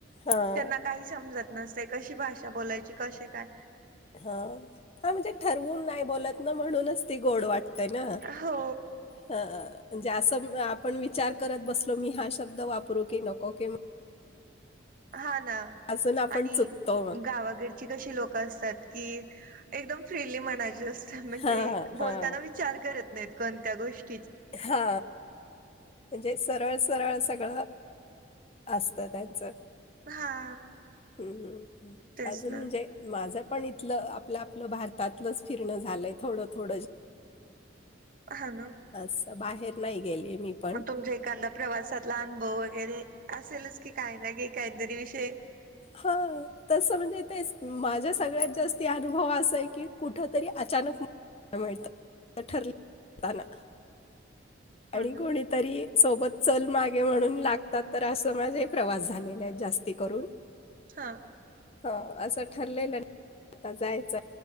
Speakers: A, on the left; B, on the right.
A: हां.
B: त्यांना काही समजत नसते कशी भाषा बोलायची कसे काय
A: हा हा म्हणजे ठरवून नाही बोलत ना म्हणूनच ती गोड वाटते त ना
B: हो
A: म्हणजे असं आपण विचार करत बसलो मी हा शब्द वापरू की नकोी
B: हा ना
A: अजून आपण
B: आणि
A: चुकतो मग.
B: गावाकड लोक असतात क एक फ म अस म्हणजे
A: हां, हां.
B: ब विचार करत नाहीत कोणत्या गोष्टी
A: हा म्हणजे सरळ सरळ सगळं असत त्यांच
B: हा
A: हम्म हम्
B: तेच
A: अजून
B: ना
A: म्हणजे माझं पण इथलं आपलं आपलं भारतातलंच फिरण झालंय थोडं थोडं
B: अहन
A: अस बाहेर नाही गेले मी पण
B: तमज प्रवासातला अनुभव वगैरे असेलच की काही ना की काहीतरी विषय
A: हा तस म्हणजे तेच माझा सगळ्यात जास्त अनुभव असा आहे की कुठ तरी अचानक मिळतात ठरताना
B: हा
A: आणि
B: ना
A: कोणी तरी सोबत चल मागे म्हणून लागतात तर अस स माझे प्रवास झालेले आहेत जास्ती करून
B: हां
A: हो असं ठरलेलं आता जायचंय